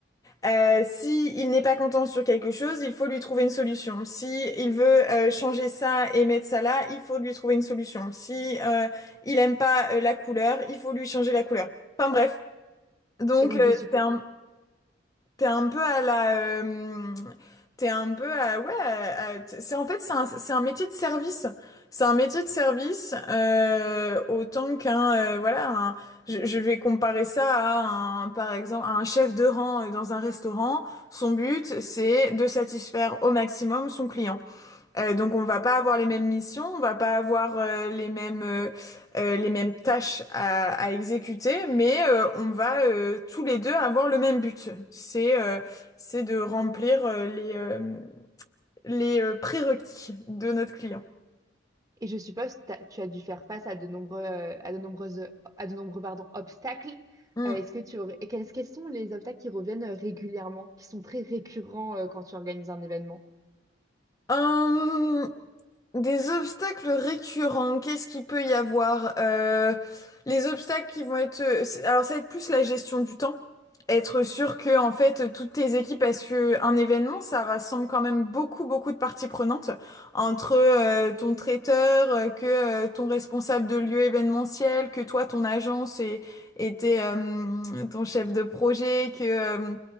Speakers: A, on the left; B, on the right.
A: euh, si il n'est pas content sur quelque chose, il faut lui trouver une solution. Si il veut euh, changer ça et mettre ça là, il faut lui trouver une solution. Si euh, il aime pas euh, la couleur, il faut lui changer la couleur. Enfin bref, donc
B: Et donc
A: euh,
B: je suppose.
A: c'est un T'es un peu à la, euh, t'es un peu à, ouais, à- à- c'est en fait c'est un, c'est un métier de service, c'est un métier de service euh, autant qu'un, euh, voilà, un- je, je vais comparer ça à un, par exemple, à un chef de rang euh, dans un restaurant. Son but c'est de satisfaire au maximum son client. Euh, donc on va pas avoir les mêmes missions, on va pas avoir euh, les mêmes euh, euh, les mêmes tâches à, à exécuter, mais euh, on va euh, tous les deux avoir le même but. C'est euh, c'est de remplir euh, les euh, les euh, prérequis de notre client.
B: Et je suppose que t'as- tu as dû faire face à de nombreux, euh, à de nombreuses, à de nombreux, pardon, obstacles.
A: Mm.
B: Euh, est-ce que tu aurais- et quels, quels sont les obstacles qui reviennent euh, régulièrement, qui sont très récurrents, euh, quand tu organises un événement?
A: Hum, Des obstacles récurrents, qu'est-ce qu'il peut y avoir? Euh, les obstacles qui vont être... euh, c'est- Alors ça va être plus la gestion du temps. Être sûr que en fait toutes tes équipes, parce que un événement, ça rassemble quand même beaucoup beaucoup de parties prenantes entre euh, ton traiteur, euh, que euh, ton responsable de lieu événementiel, que toi ton agence et, et tes, euh, ton chef de projet, que euh,